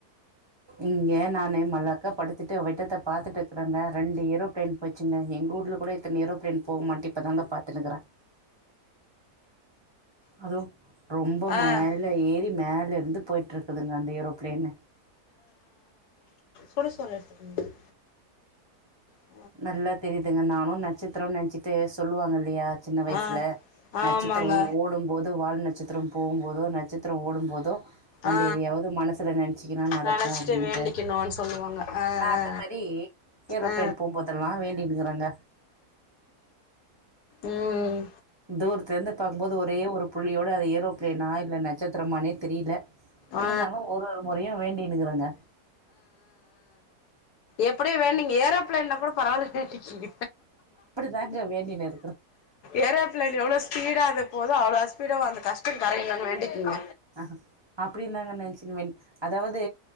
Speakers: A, on the right; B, on the left.
A: இங்கே நானே மல்லாக்க படுத்துட்டு விட்டத்தை பாத்துட்டுருக்கறேங்க ரெண்டு ஏரோபிளேன் போச்சுங்க எங்க ஊர்ல கூட இத்தனை ஏரோப்ளேன் போகுமான்ட்டு இப்பதாங்க பாத்துட்டு இருக்கிறேன் அது ரொம்ப
B: ஆ
A: மேல
B: ஆ
A: ஏறி மேல இருந்து போயிட்டு இருக்குதுங்க அந்த ஏரோ பிளேன்
B: கூட சொல் எடுத்துக்க <unintelligible>
A: நல்லா தெரியுதுங்க நானும் நட்சத்திரம்னு நினைச்சிட்டு சொல்லுவாங்க இல்லையா சின்ன வயசுல
B: ஆ ஆமாங்க
A: நட்சத்திரம் ஓடும்போது வால் நட்சத்திரம் போகும்போதோ நட்சத்திரம் ஓடும்போதோ நம்ம
B: ஆ
A: எதையாவது மனசுல நினைச்சுக்கன்னா நடக்கும்
B: நெனச்சிட்டு
A: அப்படின்ட்டு
B: வேண்டிக்கணுன்னு சொல்லுவாங்க ஆ
A: நான் அந்த
B: ஆ
A: மாதிரி ஏரோப்ளேன்
B: ஆ ஆ
A: போகும்போதெல்லாம் வேண்டிட்டுக்கிறாங்க
B: ம்
A: தூரத்துலே இருந்து பார்கும்போது ஒரே ஒரு புள்ளியோட அது ஏரோப்ளேனா இல்லை நட்ச நட்சத்திரமானே தெரியலே இருந்தாலும்
B: ஆ
A: ஒரு ஒரு முறையும் வேண்டினுக்கிறேங்க
B: எப்படியோ வேண்டிக்கீங்க ஏரோப்ளேன்ல கூட பரவாயில்ல வேண்டிக்கீங்க
A: தாங்க வேண்டினு இருக்கிறோம்
B: ஏரோ பிளேன் எவ்ளோ ஸ்பீடா அது போகுதோ அவ்வளோ ஸ்பீடா அந்த கஷ்டம் கரையனும்ன்னு வேண்டிக்கீங்க
A: ஆஹ அப்படி தாங்க நினச்சின்னு வேண்டிக் அதாவது